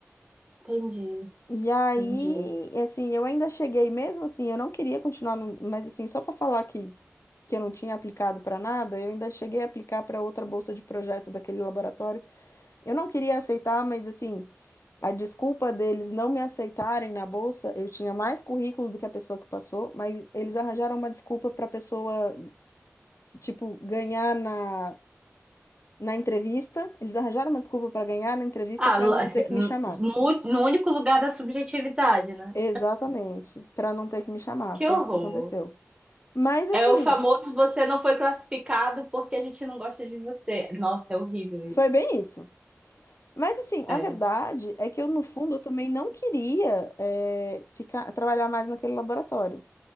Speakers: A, on the right (about 15°); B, on the left (about 70°).
A: Entendi,
B: E aí,
A: entendi.
B: assim, eu ainda cheguei mesmo assim, eu não queria continuar, no- mas assim, só pra falar que que eu não tinha aplicado pra nada, eu ainda cheguei a aplicar pra outra bolsa de projeto daquele laboratório. Eu não queria aceitar, mas assim, A desculpa deles não me aceitarem na bolsa, eu tinha mais currículo do que a pessoa que passou, mas eles arranjaram uma desculpa para a pessoa, tipo, ganhar na, na entrevista. Eles arranjaram uma desculpa para ganhar na entrevista
A: Ah,
B: para
A: lá-
B: não ter que
A: no,
B: me chamar.
A: no único lugar da subjetividade, né?
B: Exatamente, para não ter que me chamar.
A: Que
B: Foi
A: horror.
B: isso que aconteceu. Mas assim,
A: É o famoso você não foi classificado porque a gente não gosta de você. Nossa, é horrível isso.
B: foi bem isso. Mas assim,
A: É,
B: a verdade é que eu, no fundo, eu também não queria eh, ficar trabalhar mais naquele laboratório.